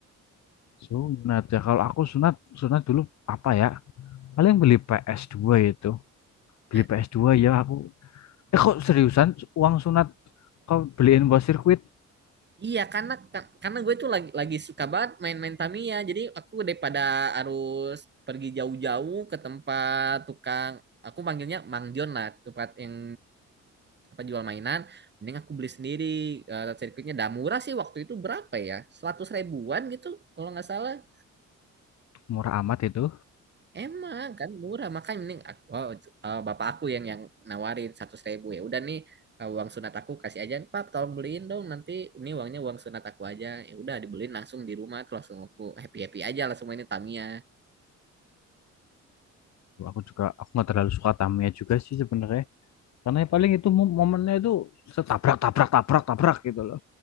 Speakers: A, on the left (about 65°); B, on the right (about 35°).
A: Sunat ya. Kalau aku sunat, sunat dulu apa ya? Paling beli ps dua itu. Beli
B: <laughs> Eh,
A: ps dua ya aku. Eh kok seriusan uang sunat kau beliin buat sirkuit?
B: Iya, karena ka- karena gue tuh lagi lagi suka banget main-main Tamiya. Jadi aku daripada harus pergi jauh-jauh ke tempat tukang, aku manggilnya Mang Jon lah, tempat yang apa jual mainan. Mending aku beli sendiri. Eh, sirkuitnya dah murah sih waktu itu berapa ya? 100 ribuan gitu kalau nggak salah.
A: Murah amat itu.
B: Emang kan murah makanya mending aku, oh, eh, bapak aku yang yang nawarin seratus ribu ya udah nih eh, uang sunat aku kasih aja Pap tolong beliin dong nanti ini uangnya uang sunat aku aja ya udah dibeliin langsung di rumah tuh langsung aku happy happy aja langsung mainin Tamiya
A: Aku juga aku nggak terlalu suka Tamiya juga sih sebenarnya. Karena ya paling itu momennya itu setabrak tabrak tabrak tabrak gitu loh.